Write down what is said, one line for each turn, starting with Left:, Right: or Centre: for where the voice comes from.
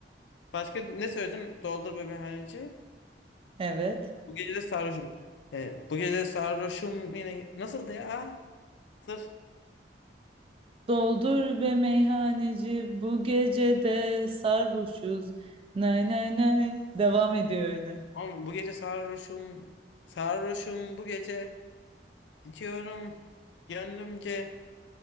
Left: Başka ne söyledim? Doldur be meyhaneci.
Right: Evet.
Left: Bu gece de sarhoşum. Ee, bu gece de sarhoşum yine nasıldı ya? Dur.
Right: Doldur be meyhaneci bu gecede sarhoşuz. Nay nay nay. Devam ediyor öyle.
Left: Oğlum, bu gece sarhoşum. Sarhoşum bu gece. içiyorum. Gönlümce.